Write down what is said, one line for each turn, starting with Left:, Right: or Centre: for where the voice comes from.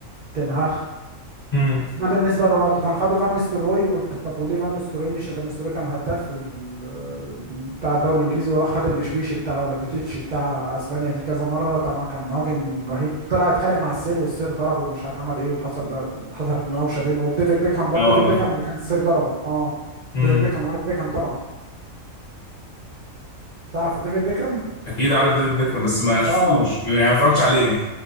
Right: تنهاخ
Left: مم.
Right: ده بالنسبه لرونالدو كان خده فان ستروي قلت طب وليه فان ستروي مش فان ستروي كان هداف وال- بتاع الدوري الانجليزي وراح خد البشبيشي بتاع ولا البتيتشي بتاع اسبانيا دي كذا مره طبعا كان مهاجم رهيب طلع اتخانق مع السير والسير ضربه ومش عارف عمل ايه وحصل حصلت مناوشه بينه وبديفيد بيكهام برضه
Left: لا
Right: ديفيد
Left: والله
Right: بيكهام اللي كان السير ضربه اه
Left: مم.
Right: ديفيد بيكهام عارف بيكهام طبعا تعرف ديفيد بيكهام
Left: اكيد عارف ديفيد بيكهام بس ما شفتوش
Right: اه
Left: يعني ما اتفرجتش عليه